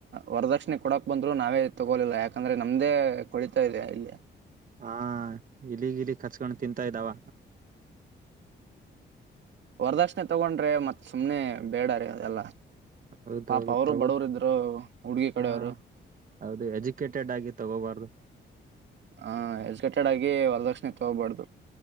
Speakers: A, on the right; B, on the right.
A: ವರದಕ್ಷಿಣೆ ಕೊಡಕ್ ಬಂದ್ರು ನಾವೇ ತಗೋಲಿಲ್ಲ ಯಾಕಂದ್ರೆ ನಮ್ದೇ ಕೋಳಿತ ಇದೆ ಇಲ್ಲಿ.
B: ಹಾ ಇಲ್ಲಿಗ್ ಇಲ್ಲಿಗ್ ಕಚ್ಕೊಂಡು ತಿಂತಾ ಇದ್ದಾವ.
A: ವರದಕ್ಷಣೆ ತಗೊಂಡ್ರೆ ಮತ್ತ್ ಸುಮ್ನೆ ಬೇಡ ರೀ ಅದೆಲ್ಲ.
B: ಹೌದೌದು
A: ಪಾಪ ಅವರು
B: ತಗೋ
A: ಬಡವರು ಇದ್ರು ಹುಡ್ಗಿ ಕಡೆ
B: ಹಾ
A: ಅವ್ರು.
B: ಹೌದು ಎಜುಕೇಟೆಡ್ ಆಗಿ ತಗೋಬಾರ್ದು
A: ಹ ಎಜುಕೇಟೆಡ್ ಆಗಿ ವರದಕ್ಷಿಣ ತಕೋಬಾರ್ದು